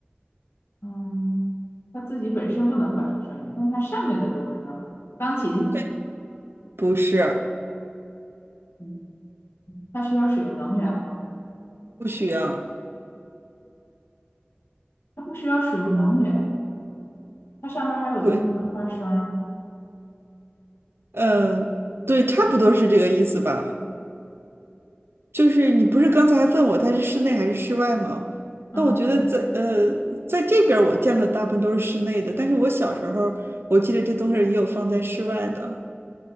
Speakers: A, on the left; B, on the right.
A: 嗯，它自己本身不能发出声音，但它上面的东西能发。钢琴，
B: 对，不是，
A: 嗯，它需要使用能源吗？
B: 不需要，
A: 它不需要使用能源，它上面还有东西能发声儿
B: 对，嗯，对，差不多是这个意思吧。就是你不是刚才还问我它是室内还是室外吗？
A: 嗯，
B: 那我觉得在呃在这边儿我见的大部分都是室内的，但是我小时候我记得这东西儿也有放在室外的，